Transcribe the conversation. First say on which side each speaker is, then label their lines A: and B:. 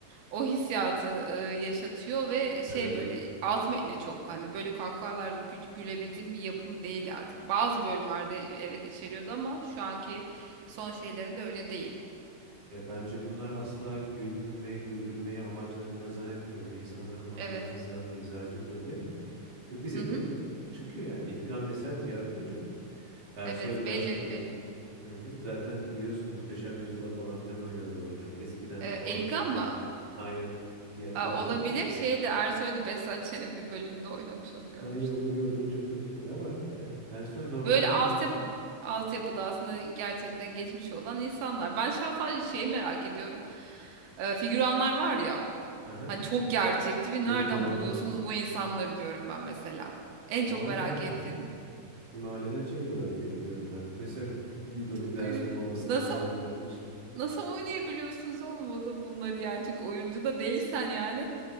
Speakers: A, on the right; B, on the right.
A: o hissiyatı e, yaşatıyor ve şey
B: Evet.
A: böyle alt metni çok hani böyle kahkahalarla gü gülebildiğim bir yapım değil artık bazı bölümlerde evet içeriyordu ama şu anki son şeylerinde öyle değil
B: Ya bence bunlar asla güldürmeye, güldürmeye amaçladıklarını zannetmiyorum. Bu insanların normal
A: evet
B: mizahı, mizacı böyle. Ve bize
A: hı hı
B: de çıkıyor yani. İlkan mesela tiyatrocu. Ersoy
A: evet
B: Gaz
A: belli belli
B: Hı hı. Zaten biliyorsun Muhteşem Yüzyıl'a falan filan oynadı o. Çok eskiden
A: E,
B: Kavak
A: Elikan
B: Yelleri
A: mı
B: mi? Aynen. Tiyatrocu.
A: Aa, olabilir.
B: o.
A: Şeyde Ersoy'da Behzat Ç'nin bir bölümünde oynamış onu görmüştüm.
B: Aynen onu gördüm çok saçmaydı ama Er- Ersoy normalde...
A: Böyle altyapı
B: g-
A: altyapıda aslında gerçekten geçmiş olan insanlar. Ben şahsen sadece şeyi merak ediyorum. Ee, figüranlar var ya.
B: Aha.
A: Hani çok gerçekti ve
B: Evet
A: nereden
B: normal.
A: buluyorsunuz bu insanları diyorum ben mesela. En
B: Mahalleden
A: çok merak ettiğim.
B: ya. Mahalleden çeviriyorlar diye biliyorum ben. Mesela bir bölümde
A: Çok garip.
B: Ersoy babasını
A: Nasıl
B: falan da oynatmış.
A: nasıl oynayabiliyorsunuz oğlum o zaman bunları yani? Çünkü oyuncu da değilsen yani